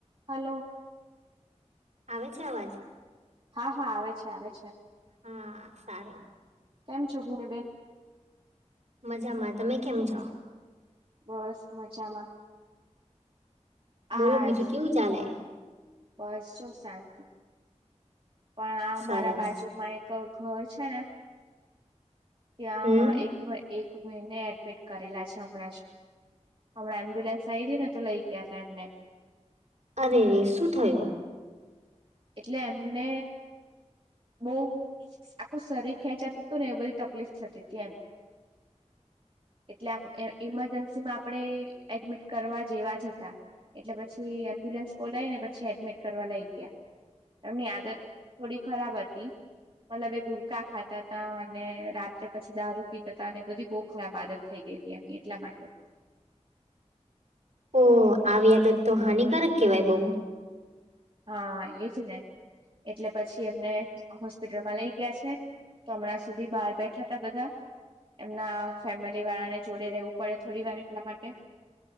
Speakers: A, on the right (about 50°); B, on the right (about 75°).
A: હલો.
B: આવે છે. અવાજ.
A: હા, હા, આવે છે. આવે છે.
B: હા, સારું.
A: કેમ છો, ભુમી બેન?
B: મજામાં. તમે કેમ છો?
A: બસ મજામાં.
B: બોલો,
A: આજ
B: બીજું કેવું ચાલે?
A: બસ જો શાંતિ. પણ આ
B: સરસ
A: મારા બાજુમાં એક ઘર છે ને ત્યાં
B: હમ
A: એક-એક ભાઈને એડમિટ કરેલા છે, હમણાં જ. હમણાં એમ્બ્યુલન્સ આઈ ગઈ ને, તો લઈ ગયા હતા, એમને.
B: અરે રે! શું થયું?
A: એટલે એમને બહુ આખું શરીર ખેંચાતું હતું ને, એ બધી તકલીફ થતી હતી એમ. એટલે આ ઈમરજન્સી માં આપણે એડમિટ કરવા જેવા જ હતા. એટલે પછી એમ્બ્યુલન્સ બોલાય ને, પછી એડમિટ કરવા લઈ ગયા. એમની આદત થોડી ખરાબ હતી. મતલબ, એ ગુડકા ખાતા હતા, અને રાત્રે પછી દારૂ પીતા હતા, અને એ બધી બહુ ખરાબ આદત થઈ ગઈ. એટલા માટે <unintelligible>
B: ઓ આવી આદત તો હાનિકારક કહેવાય બઉ.
A: હા, એજ ને, એટલે પછી એમને હોસ્પિટલમાં લઈ ગયા છે. હમણાં સુધી બહાર બેઠા હતા બધા. એમના ફેમિલી વાળાને જોડે રહેવું પડે, થોડી વાર એટલા માટે.